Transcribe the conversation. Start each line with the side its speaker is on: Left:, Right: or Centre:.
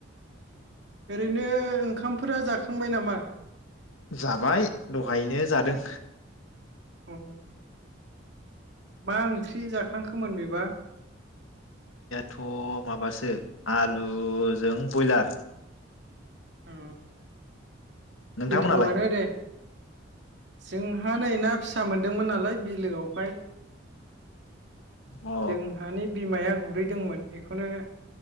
Right: ओरैनो ओंखामफोरा जाखांबाय नामा?
Left: जाबाय दहायनो जादों।
Right: अ मा ओंख्रि जाखांखोमोन बेबा?
Left: थ' माबासो आलुजों बयलार।
Right: अ
Left: नोंथांमोनालाय?
Right: गोथावानो दे जोंहा नै ना फिसा मोनदोंमोन नालाय बिलोआवहाय।
Left: अ
Right: जोंहानि बिमाया गुरैदोंमोन बेखौनो